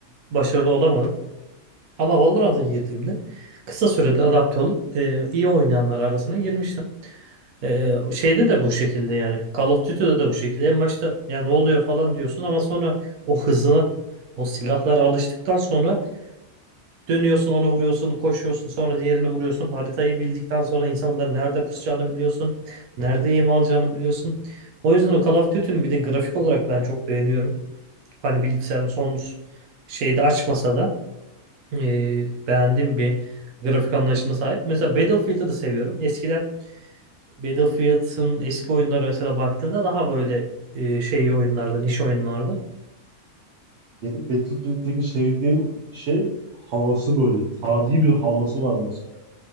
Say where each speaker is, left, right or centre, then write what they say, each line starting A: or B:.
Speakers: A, on the right; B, on the right.
A: başarılı olamadım. Ama Valorant'a girdiğimde kısa sürede adapte olup e, iyi oynayanlar arasına girmiştim. Ee, şeyde de bu şekilde yani Call of Duty'de de bu şekilde. En başta ya ne oluyor falan diyorsun ama sonra o hızına o silahlara alıştıktan sonra dönüyorsun onu vuruyorsun koşuyorsun sonra diğerini vuruyorsun. Haritayı bildikten sonra insanların nerede pusacağını biliyorsun. Nerede yem alacağını biliyorsun. O yüzden o Call of Duty'nin bir de grafik olarak ben çok beğeniyorum. Hani bilgisayarın son şeyde açmasa da e, beğendiğim bir grafik anlayışına sahip. Mesela Battlefield'ı da seviyorum. Eskiden Battlefield'ın eski oyunları mesela baktığında daha böyle e, şey oyunlarda, niş oyunlarda.
B: Benim Battlefield'deki sevdiğim şey havası böyle. Tarihi bir havası var mesela.